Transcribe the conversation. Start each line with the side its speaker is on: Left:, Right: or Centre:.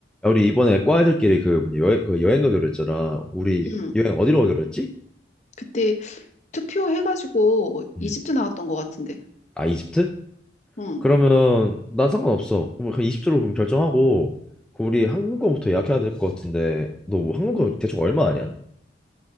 Centre: 야, 우리 이번에 과 애들끼리 그 뭐냐 여행 그 여행 가기로 했잖아. 우리
Left: 응.
Centre: 여행 어디로 가기로 했지?
Left: 그때 투표해가지고
Centre: 음.
Left: 이집트 나왔던 것 같은데.
Centre: 아 이집트?
Left: 응.
Centre: 그러면 난 상관없어. 그럼 그냥 이집트로 그럼 결정하고 그 우리 항공권부터 예약해야 될 것 같은데 너 뭐 항공권
Left: 응.
Centre: 대충 얼마 아냐?